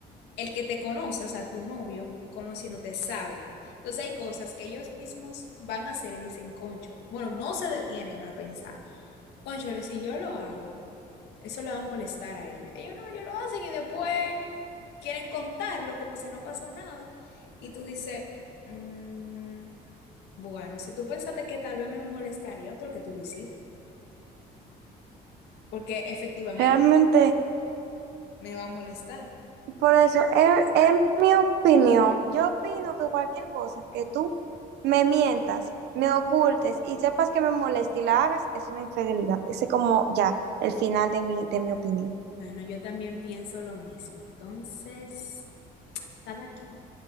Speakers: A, on the left; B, on the right.
A: el que te conoce, o sea, tu novio, conociéndote sabe. Entonces hay cosas que ellos mismos van a hacer y dicen, concho, bueno, no se detienen a pensar, concho, si yo lo hago, eso le va a molestar a ella. Ellos no, ellos lo hacen y después quieren contarlo como si no pasó nada. Y tú dices, "Mm, bueno, si tú pensaste que tal vez me molestaría porque tú lo hiciste, porque efectivamente
B: Realmente,
A: me va a molestar.
B: por eso, en en mi opinión. Yo opino que cualquier cosa que tú me mientas, me ocultes y sepas que me molesta y la hagas, es una infidelidad. Ese es como ya el final de mi, de mi opinión.
A: Bueno, yo también pienso lo mismo. Entonces, cada quien.